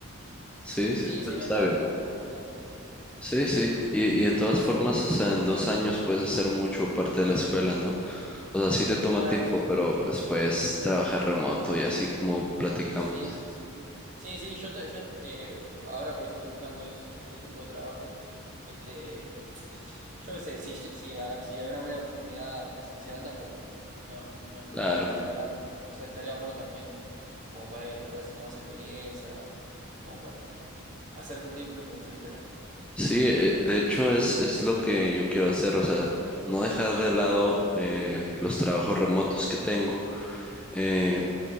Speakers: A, in the centre; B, on the right.
A: Sí, sí,
B: sí,
A: pues
B: sí, no
A: está
B: es tanto
A: bien.
B: tampoco, no es tanto tampoco.
A: Sí, sí. Y, y de todas
B: Pasa
A: formas,
B: rápido.
A: o sea, en dos años puedes hacer mucho parte de la escuela, ¿no? O sea, sí te toma
B: Claro,
A: tiempo,
B: sí.
A: pero pues puedes trabajar remoto y así como platicamos.
B: Sí, sí, sí. Sí, sí, yo, estoy- yo eh, ahora por eso estoy buscando es- este tipo de trabajo. Este, yo qué sé, si, si, a ver, si hay una buena oportunidad presencial, tampoco, no, no, no
A: Claro.
B: me voy a negar, ¿no? O sea, estaría bueno también como para ir haciendo más experiencia, como para hacer currículum, como se dice acá.
A: Sí, eh, de hecho es, es lo que yo quiero hacer, o sea, no dejar de lado eh, los trabajos remotos que tengo, eh,